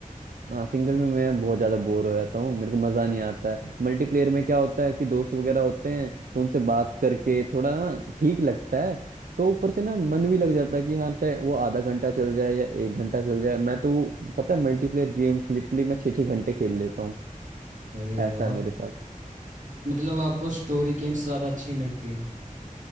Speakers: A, on the right; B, on the right.
A: हाँ सिंगल में मैं बहुत ज़्यादा बोर हो जाता हूँ मेरे को मज़ा नहीं आता है मल्टीप्लेयर में क्या होता है कि दोस्त वगैरह होते हैं तो उनसे बात करके थोड़ा ना ठीक लगता है तो ऊपर से ना मन भी लग जाता है कि हाँ चाहे वो आधा घंटा चल जाए या एक घंटा चल जाए मैं तो पता है मल्टीप्लेयर गेम्स लिटरली मैं छः छः घंटे खेल लेता हूँ
B: अरे
A: ऐसा
B: वाह
A: है मेरे साथ
B: मतलब आपको स्टोरी गेम्स ज़्यादा अच्छी नहीं लगती